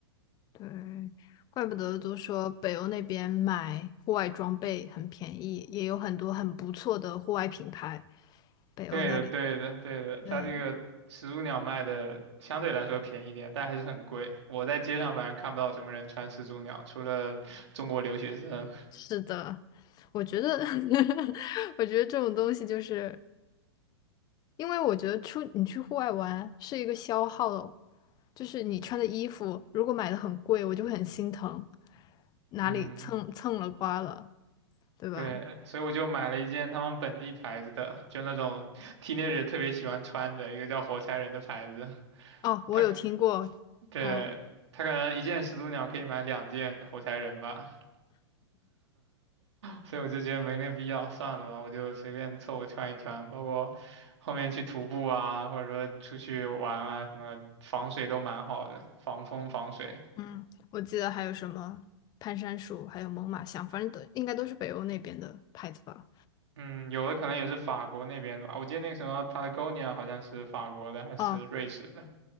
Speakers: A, on the left; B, on the right.
A: 对，怪不得都说北欧那边买户外装备很便宜，也有很多很不错的户外品牌。北欧那里，
B: 对的，对的，对的，
A: 对，
B: 它这个始祖鸟卖的相对来说便宜一点，但还是很贵。我在街上反正看不到什么人穿始祖鸟，除了中国留学生。
A: 是的，我觉得，<laughs> 我觉得这种东西就是，因为我觉得出你去户外玩是一个消耗，就是你穿的衣服如果买的很贵，我就会很心疼，哪里蹭蹭了刮了，
B: 嗯。
A: 对吧？
B: 对，所以我就买了一件他们本地牌子的，就那种 teenager 特别喜欢穿的一个叫火柴人的牌子。
A: 哦，我有听过，
B: 他，对，
A: 嗯，
B: 他可能一件始祖鸟可以买两件火柴人吧，所以我就觉得没那个必要，算了吧，我就随便凑合穿一穿，包括后面去徒步啊，或者说出去玩啊，什么防水都蛮好的，防风防水。
A: 嗯，我记得还有什么攀山鼠，还有猛犸象，反正都应该都是北欧那边的牌子吧。
B: 嗯，有的可能也是法国那边的吧，我记得那个什么 Patagonia 好像是法国的还是瑞士的，
A: 哦